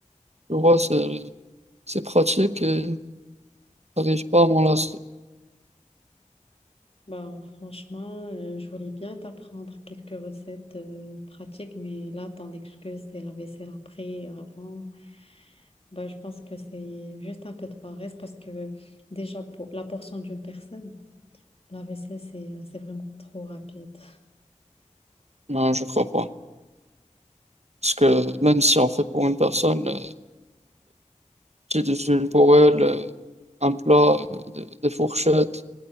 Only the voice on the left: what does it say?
Bah, franchement, euh, je voulais bien t'apprendre quelques recettes euh, pratiques, mais là, ton excuse, c'est la vaisselle après, avant. Bah, je pense que c'est juste un peu de paresse parce que déjà, pour la portion d'une personne, la vaisselle, c'est euh, c'est vraiment trop rapide.